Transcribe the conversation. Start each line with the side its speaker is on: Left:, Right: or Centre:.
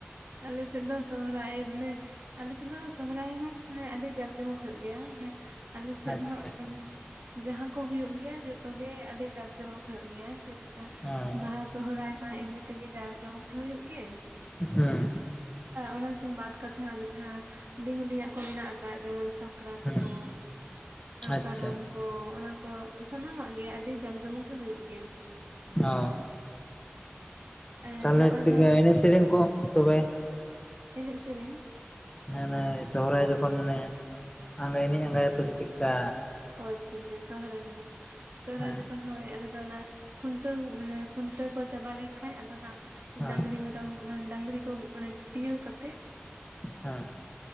Right: ᱟᱞᱮ ᱥᱮᱫ ᱫᱚ ᱥᱚᱦᱨᱟᱭ ᱢᱟᱱᱮ ᱟᱞᱮ ᱥᱮᱫ ᱫᱚ ᱥᱚᱦᱨᱟᱭ ᱦᱚᱸ ᱢᱟᱱᱮ ᱟᱹᱰᱤ ᱡᱟᱠ ᱡᱚᱢᱚᱠ ᱦᱩᱭᱩᱜ ᱜᱮᱭᱟ ᱢᱟᱱᱮ ᱟᱞᱮ ᱥᱮᱫ
Left: ᱟᱪᱪᱷᱟ
Right: ᱫᱚ ᱦᱟᱜ ᱢᱟᱱᱮ ᱡᱟᱦᱟᱸ ᱠᱚ ᱦᱩᱭᱩᱜ ᱜᱮᱭᱟ ᱡᱚᱛᱚ ᱜᱮ ᱟᱹᱰᱤ ᱡᱟᱠ ᱡᱚᱢᱚᱠ ᱦᱩᱭᱩᱜ ᱜᱮᱭᱟ ᱡᱮ ᱞᱮᱠᱟ
Left: ᱦᱮᱸ
Right: ᱵᱟᱦᱟ ᱥᱚᱦᱨᱟᱭ ᱢᱟ ᱮᱢᱱᱤ ᱛᱮᱜᱮ ᱡᱟᱠ ᱡᱚᱢᱚᱠ ᱜᱮ ᱦᱩᱭᱩᱜ ᱜᱮ
Left: ᱦᱩᱸ
Right: ᱟᱨ ᱚᱱᱟᱠᱤᱱ ᱵᱟᱛ ᱠᱟᱛᱮ ᱦᱚᱸ ᱟᱫᱚ ᱡᱟᱦᱟᱸ ᱦᱩᱰᱤᱧ-ᱦᱩᱰᱤᱧ ᱟᱜ ᱠᱚ ᱢᱮᱱᱟᱜ ᱠᱟᱜ-ᱟ ᱡᱮᱢᱚᱱ ᱥᱟ- ᱠᱨᱟᱛ
Left: ᱦᱩᱸ
Right: ᱠᱚ
Left: ᱟᱪᱪᱷᱟ
Right: ᱠᱟᱨᱟᱢ ᱠᱚ ᱚᱱᱟ ᱠᱚ ᱥᱟᱱᱟᱢᱟᱜ ᱜᱮ ᱟᱹᱰᱤ ᱡᱟᱠ-ᱡᱚᱢᱚᱠ ᱜᱮ ᱦᱩᱭᱩᱜ ᱜᱮᱭᱟ
Left: ᱚ
Right: ᱟᱨ
Left: ᱛᱟᱦᱞᱮ
Right: ᱦᱚᱸᱜᱼᱚᱭ
Left: ᱪᱤᱠᱟᱹ
Right: ᱡᱟᱦᱟᱸ
Left: ᱮᱱᱮᱡ -ᱥᱮᱨᱮᱧ ᱠᱚ ᱛᱚᱵᱮ
Right: ᱮᱱᱮᱡ-ᱥᱮᱨᱮᱧ
Left: ᱦᱟᱱᱮ ᱥᱚᱦᱨᱟᱭ ᱡᱚᱠᱷᱚᱱ ᱢᱟᱱᱮ ᱮᱱᱮᱡ ᱟᱸᱜᱟ ᱭᱟᱯᱮ ᱥᱮ ᱪᱮᱫᱞᱮᱠᱟ
Right: ᱚ ᱟᱪᱷᱟ-ᱟᱪᱷᱟ ᱥᱚᱦᱨᱟᱭ ᱡᱚᱠᱷᱚᱱ, ᱥᱚᱦᱨᱟᱭ
Left: ᱦᱮᱸ
Right: ᱡᱚᱠᱷᱚᱱ ᱦᱚᱭ ᱟᱞᱮ ᱫᱚ ᱚᱱᱟ ᱠᱷᱩᱱᱴᱟᱹᱣ ᱢᱟᱱᱮ ᱠᱷᱩᱱᱴᱟᱹᱣ ᱠᱚ ᱪᱟᱵᱟ ᱞᱮᱱ ᱠᱷᱟᱡ ᱟᱫᱚ ᱦᱟᱜ
Left: ᱦᱮᱸ
Right: ᱰᱟᱝᱨᱤ ᱢᱮᱨᱚᱢ ᱢᱟᱱᱮ ᱰᱟᱝᱨᱤ ᱠᱚ ᱢᱟᱱᱮ ᱛᱤᱭᱟᱹᱨ ᱠᱟᱛᱮᱜ
Left: ᱦᱮᱸ